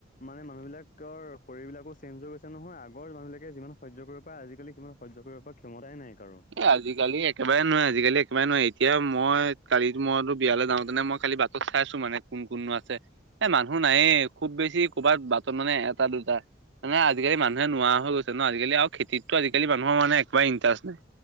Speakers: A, on the left; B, on the right.
A: মানে মানুহবিলাকৰ শৰীৰবিলাকো চেইঞ্জ হৈ গৈছে নহয় আগৰ মানুহ বিলাকে যিমান সহ্য কৰিব পাৰে আজিকালি সিমান সহ্য কৰিব পৰা ক্ষমতাই নাই। কাৰো
B: এ আজিকালি একেবাৰে নোৱাৰে আজিকালি একেবাৰে নোৱাৰি ।এতিয়া মই কালিত মইটো বিয়ালে যাওঁতেনে মই কালি বাটত চাইছো মানে কোন কোননো আছে এ মানুহ নায়ে। খুব বেছি কৰ'বাত বাটত মানে এটা দুটা। মানে আজিকালি মানুহে নোৱা হৈ গৈছে ন আজিকালি আৰু খেতিতটো আজিকালি মানুহৰ মানে একবাৰে ইনটাষ্ট নাই।